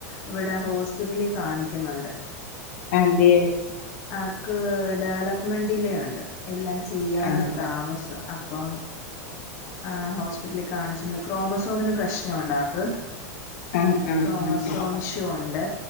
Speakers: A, on the left; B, on the left.
A: ഇവിടെ ഹോസ്പിറ്റലിൽ കാണിക്കുന്നുണ്ട്
B: അ എന്തേയ്
A: ആക്ക് ഡെവലപ്മെൻറിലേണ്ട് എല്ലാം ചെയ്യാനുള്ള
B: ആഹ്
A: താമസം അപ്പം ആഹോസ്പിറ്റലിൽ കാണിച്ചുണ്ട് ക്രോമസോമിന് പ്രശ്നം ഉണ്ടാക്ക്
B: ആഹ് ആഹ്
A: ക്രോമസ്വാമിഷു
B: ആഹ്
A: ഉണ്ട്